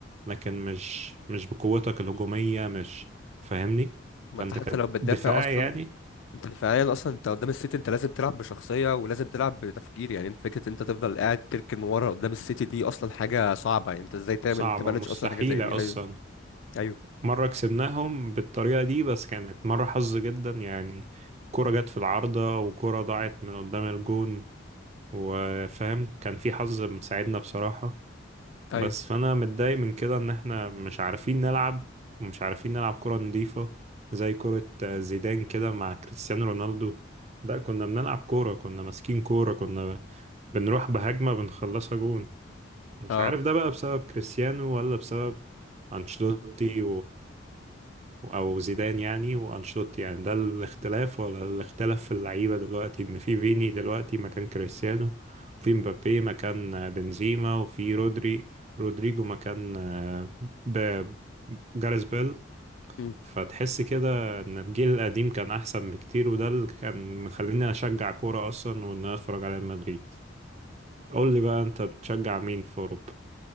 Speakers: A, on the right; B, on the left.
A: لكن مش مش بقوتك الهجومية مش فاهمني
B: ما
A: فانت
B: انت حتى لو بتدافع
A: كدفاع
B: اصلا
A: يعني
B: انت فعليا اصلا انت قدام السيتي انت لازم تلعب بشخصية ولازم تلعب بتفكير يعني انت فكرة انت تفضل قاعد تركن ورا قدام السيتي دي اصلا حاجة صعبة يعني انت ازاي تعمل
A: صعبة
B: تمانج
A: مستحيلة
B: اصلا حاجة زي دي
A: اصلا
B: ايوه ايوه
A: مرة كسبناهم بالطريقة دي بس كانت مرة حظ جدا يعني كرة جت في العارضة وكرة ضاعت من قدام الجون وفاهم كان في حظ مساعدنا بصراحة
B: ايوه
A: بس فانا متضايق من كده ان احنا مش عارفين نلعب ومش عارفين نلعب كرة نظيفة زي كرة آه، زيدان كده مع كريستيانو رونالدو ده كنا بنلعب كورة كنا ماسكين كورة كنا بنروح بهجمة بنخلصها جون مش
B: اه
A: عارف ده بقى بسبب كريستيانو ولا بسبب أنشيلوتي او زيدان يعني وانشيلوتي يعني ده الاختلاف ولا الاختلاف في اللعيبه دلوقتي ان في فيني دلوقتي مكان كريستيانو وفي مبابي مكان بنزيما وفي رودري رودريجو مكان آه، ب- جاريث بيل
B: مم.
A: فتحس كده ان الجيل القديم كان احسن بكتير وده اللي كان مخليني اشجع كوره اصلا وان انا اتفرج على ريال مدريد قول لي بقى انت بتشجع مين في اوروبا